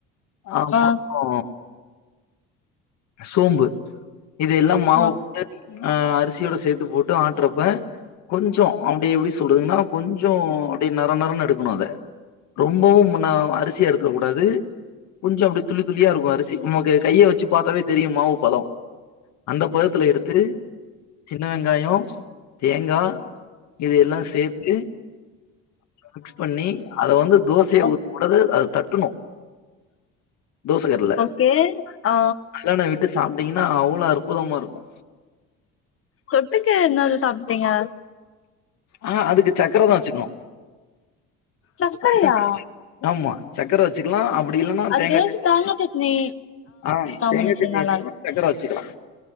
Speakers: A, on the left (about 65°); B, on the left (about 45°).
A: அப்றொ
B: ஆ
A: சோம்பு இதெல்லா மாவு
B: ஓ
A: போட்டு அ அரிசியோட சேத்து போட்டு ஆட்றப்ப கொஞ்சொ அப்டி எப்டி சொல்றதுன்னா கொஞ்சொ அப்டியே நர நரன்னு எடுக்ணு அத ரொம்பவு முன்னா அரிசிய எடுத்துட கூடாது கொஞ்ச அப்டி துளி துளியா இருக்கு அரிசி நமக்கு கைய வச்சு பார்த்தாவே தெரியுமாவு பதோ அந்த பதத்ல எடுத்து சின்ன வெங்காயொ தேங்கா இத எல்லா சேத்து மிக்ஸ் பண்ணி அத வந்து தோசயா
B: ஓ
A: ஊத்கூடாது அத தட்டுணு தோசகல்ல
B: கே ஆ
A: கல்யான வீட்டு சாப்ட்டீங்கன்னா அவ்ளோ அற்புதமா இருக்கு
B: தொட்டுக்கு என்னது சாப்ட்டீங்க
A: ஆ அதுக்கு சக்கர தா வச்சுக்கணு
B: சக்கரையா
A: அதுதா டேஷ்ட இருகு ஆமா சக்கர வச்சுக்கலா அப்டி இல்லன்னா
B: அதுக்கு
A: தேங்கா
B: ஏதாச்சு
A: சட்னி
B: தேங்கா
A: வச்சுக்கலா
B: சட்னி
A: ஆ
B: காம்பினேஷன்
A: தேங்கா சட்னி
B: நல்லா
A: வச்சுக்கலா
B: இருக்கு
A: சக்கர வச்சுக்கலா